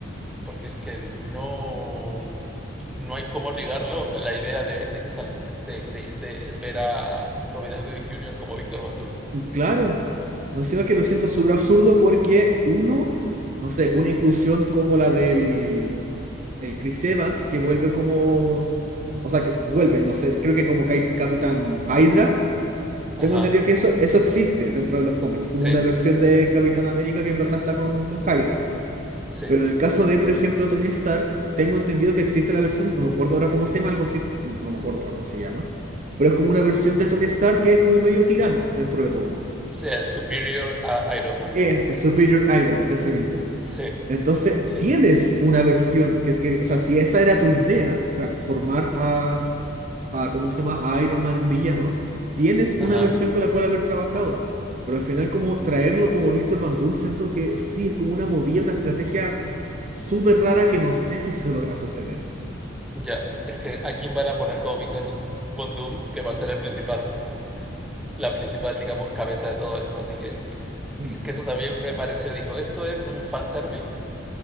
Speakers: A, in the centre; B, on the right (about 40°).
A: porque es que no, no hay cómo ligarlo a la idea de, de que sale, de, de- de ver a Robert Downey Junior como Víctor Von Doom.
B: Claro. Encima que lo siento súper absurdo porque uno, no sé, una inclusión como la del el Chris Evans, que vuelve como, o sea, que vuelve, no sé, creo que como Cap- Capitán Hydra,
A: Ajá,
B: tengo entendido que eso, eso existe dentro de los cómics,
A: sí,
B: como una versión de Capitán América que en verdad
A: eh,
B: está con, con Hydra.
A: sí,
B: Pero en el caso de, por ejemplo, Tony Stark, tengo entendido que existe la versión, no me acuerdo ahora cómo se llama, algo así, no, no me acuerdo ahora cómo se llama, pero es como una versión de Tony Stark que es como medio tirano dentro de todo.
A: sí, el superior a Iron Man.
B: Es el Superior Iron Man, ese mismo.
A: Sí,
B: Entonces,
A: sí.
B: tienes una versión que es que, o sea, si esa era tu idea, transformar a, a ¿cómo se llama?, a Iron Man en villano, tienes una
A: Ajá.
B: versión con la cual haber trabajado. Pero al final, como traerlo como Víctor Van Doom, siento que sí, es como una movida, una estrategia súper rara que no sé si se logra sostener.
A: Ya, es que a quién van a poner como Víctor Von Doom, que va a ser el principal, pu- la principal, digamos, cabeza de todo esto. Así que es
B: Mm.
A: que eso también me pareció, dijo, esto es un fanservice